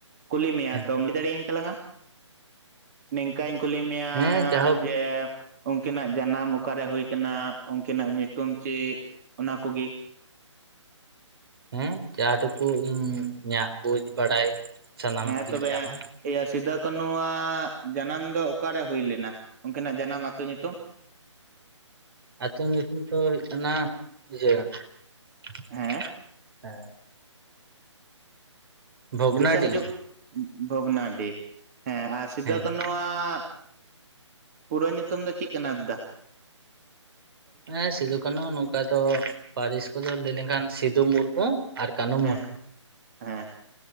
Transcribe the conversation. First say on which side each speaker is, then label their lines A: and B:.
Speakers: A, on the right; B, on the right.
A: ᱠᱩᱞᱤ ᱢᱮᱭᱟ
B: ᱦᱮᱸ
A: ᱛᱚᱢ ᱞᱟᱹᱭ ᱫᱟᱲᱮᱭᱟᱹᱧ ᱛᱟᱞᱟᱝᱼᱟ? ᱱᱤᱝᱠᱟᱹᱧ ᱠᱩᱞᱤ ᱢᱮᱭᱟ
B: ᱦᱮᱸ ᱡᱟᱭᱦᱳᱠ
A: ᱡᱮ ᱩᱱᱠᱤᱱᱟᱜ ᱡᱟᱱᱟᱢ ᱚᱠᱟᱨᱮ ᱦᱳᱭ ᱠᱟᱱᱟ ᱩᱱᱠᱤᱱᱟᱜ ᱧᱩᱛᱩᱢ ᱪᱮᱫ ᱚᱱᱟ ᱠᱩᱜᱮ ᱾
B: ᱦᱮᱸ ᱡᱟᱦᱟᱸ ᱴᱩᱠᱩ ᱤᱧ ᱤᱧᱟᱹᱜ ᱵᱩᱡᱽ ᱵᱟᱲᱟᱭ ᱥᱟᱱᱟᱢᱟᱜ
A: ᱦᱮᱸ
B: ᱜᱤᱧ
A: ᱛᱚᱵᱮ
B: ᱧᱟᱢᱟ
A: ᱤᱭᱟᱹ ᱥᱤᱫᱩ ᱠᱟᱱᱱᱩᱣᱟᱜ ᱡᱟᱱᱟᱢ ᱫᱚ ᱚᱠᱟᱨᱮ ᱦᱩᱭ ᱞᱮᱱᱟ ᱩᱱᱠᱤᱱᱟᱜ ᱡᱟᱱᱟᱢ ᱟ ᱟᱹᱛᱩ ᱧᱩᱛᱩᱢ?
B: ᱟᱛᱩ ᱧᱩᱛᱩᱢ ᱫᱚ ᱦᱩᱭᱩᱜ ᱠᱟᱱᱟ ᱤᱭᱟᱹ <unintelligible>
A: ᱦᱮᱸ
B: ᱦᱮ ᱵᱷᱚᱜᱽᱱᱟᱰᱤ
A: ᱫᱤᱥᱟᱹ ᱦᱤᱡᱩᱜ, ᱵᱷᱚᱜᱽᱱᱟᱰᱤ ᱦᱮᱸ ᱟᱨ ᱥᱤᱫᱩ
B: ᱦᱮᱸ
A: ᱠᱟᱹᱱᱩ ᱱᱩᱣᱟᱜ ᱯᱩᱨᱟᱹ ᱧᱩᱛᱩᱢ ᱫᱚ ᱪᱮᱫ ᱠᱟᱱᱟ ᱫᱟᱫᱟ?
B: ᱦᱮᱸ ᱥᱤᱫᱩ ᱠᱟᱹᱱᱦᱩ ᱱᱚᱝᱠᱟ ᱫᱚ ᱯᱟᱹᱨᱤᱥ ᱠᱚᱫᱚ ᱞᱟᱹᱭ ᱞᱮᱱᱠᱷᱟᱱ ᱥᱤᱫᱩ ᱢᱩᱨᱢᱩ ᱟᱨ ᱠᱟᱹᱱᱦᱩ
A: ᱦᱮᱸ
B: ᱢᱩᱨᱢᱩ ᱾
A: ᱦᱮᱸ